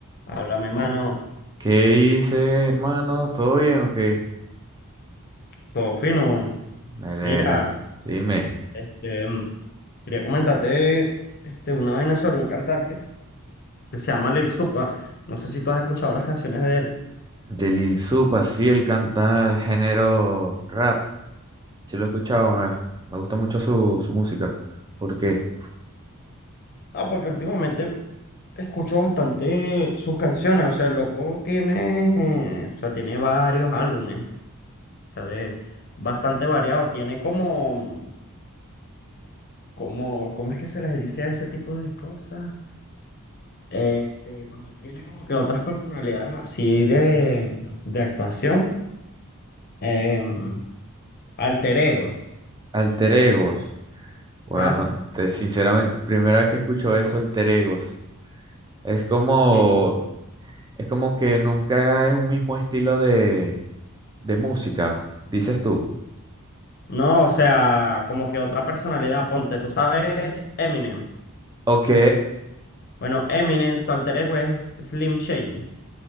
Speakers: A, on the left; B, on the right.
A: Háblame, mano.
B: ¿Qué hice, hermano? ¿Todo bien o qué?
A: Todo fino.
B: Me alegra.
A: Mira,
B: Dime.
A: este, mm, quería comentarte este, una vaina sobre un cantante que se llama Lil Supa. No sé si tú has escuchado las canciones de él.
B: De Lil Sup, así el cantar género rap. Sí lo he escuchado, me, me gusta mucho su, su música. ¿Por qué?
A: Ah, porque últimamente escucho bastante sus canciones. O sea, el loco tiene, o sea, tiene varios álbumes. O sea, de bastante variado. Tiene como, como, ¿cómo es que se les dice a ese tipo de cosas? Este, cuando él tiene como que otras personalidades así de, de actuación. em, alter egos.
B: Alter Egos. Bueno,
A: ¿Ah?
B: te, sinceramente, primera vez que escucho eso, Alter Egos. Es como,
A: Sí.
B: es como que nunca es un mismo estilo de, de música, dices tú.
A: No, o sea, como que otra personalidad, ponte, tú sabes Eminem.
B: Ok.
A: Bueno, Eminem, su alter ego es Slim Shady.